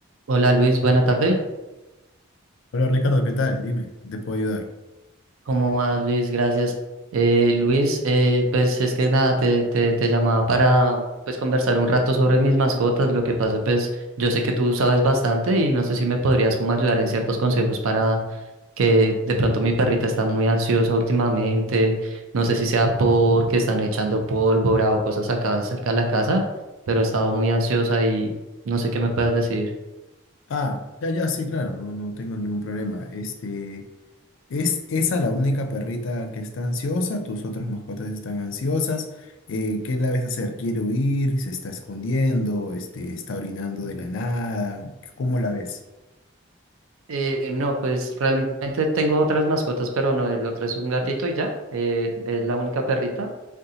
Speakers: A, on the right; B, on the left.
A: Hola Luis, buena tarde.
B: Hola Ricardo, ¿qué tal? Dime, ¿qué te puedo ayudar?
A: ¿Cómo vas Luis? Gracias. Eh, Luis, eh, pues es que nada, te, te, te llamaba para pues conversar un rato sobre mis mascotas. Lo que pasa, pues yo sé que tú sabes bastante y no sé si me podrías como ayudar en ciertos consejos para que de pronto mi perrita está muy ansiosa últimamente. No sé si sea porque están echando pólvora o cosas acá cerca de la casa, pero ha estado muy ansiosa y no sé qué me puedas decir.
B: Ah, ya, ya, sí, claro, no, no tengo ningún problema. Este, ¿es esa la única perrita que está ansiosa? ¿Tus otras mascotas están ansiosas? Eh, ¿qué la ves hacer? ¿Quiere huir? ¿Se está escondiendo? Este, ¿está orinando de la nada? ¿Cómo la ves?
A: Eh, no, pues realmente tengo otras mascotas, pero no, el otro es un gatito y ya, eh, es la única perrita.